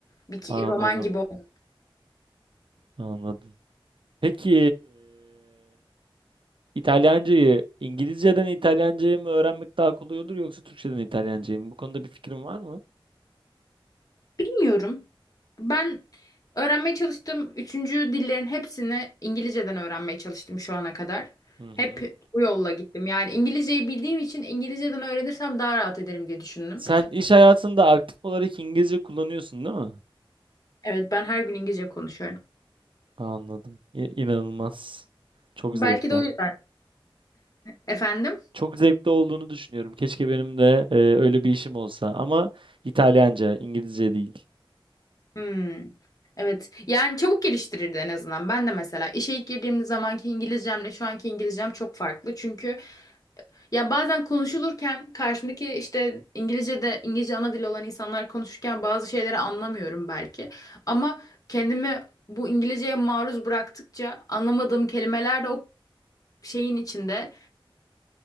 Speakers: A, on the left (about 40°); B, on the right (about 65°).
A: Bir ki-
B: Anladım,
A: roman gibi olmuyor.
B: anladım. Peki İtalyancayı İngilizceden İtalyancayı mı öğrenmek daha kolay olur yoksa Türkçeden İtalyancayı mı? Bu konuda bir fikrin var mı?
A: Bilmiyorum. Ben öğrenmeye çalıştım üçüncü dillerin hepsini İngilizceden öğrenmeye çalıştım şu ana kadar.
B: Hı hı.
A: Hep bu yolla gittim. Yani İngilizceyi bildiğim için İngilizceden öğrenirsem daha rahat ederim diye düşündüm.
B: Sen iş hayatında aktif olarak İngilizce kullanıyorsun değil mi?
A: Evet ben her gün İngilizce konuşuyorum.
B: Anladım. İ- İnanılmaz. Çok
A: Belki
B: zevkli.
A: de o yüzden. Efendim?
B: Çok zevkli olduğunu düşünüyorum. Keşke benim de e, öyle bir işim olsa ama İtalyanca, İngilizce değil.
A: Hmm. Evet. Yani çabuk geliştirirdi en azından. Ben de mesela işe ilk girdiğim zamanki İngilizcemle şu anki İngilizcem çok farklı. Çünkü ya bazen konuşulurken karşımdaki işte İngilizce'de İngilizce ana dili olan insanlar konuşurken bazı şeyleri anlamıyorum belki. Ama kendimi bu İngilizceye maruz bıraktıkça anlamadığım kelimeler de o şeyin içinde